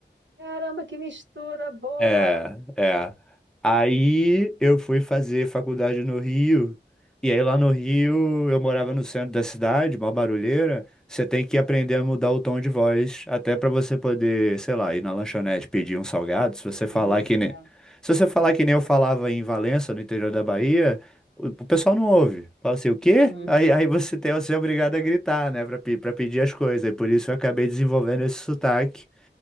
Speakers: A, on the right (about 80°); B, in the centre.
A: Caramba, que mistura boa!
B: É, é. Aí eu fui fazer faculdade no Rio. E aí lá no Rio, eu morava no centro da cidade, mó barulheira. Você tem que aprender a mudar o tom de voz, até pra você poder, sei lá, ir na lanchonete pedir um salgado. Se você
A: Desenrascar.
B: falar que nem, se você falar que nem eu falava em Valença, no interior da Bahia, o o pessoal não ouve. Fala assim, o quê?
A: Uhum,
B: Aí, aí você tem, você é obrigado a gritar, né, Pra pe- pra pedir as coisas. E por isso eu acabei desenvolvendo esse sotaque,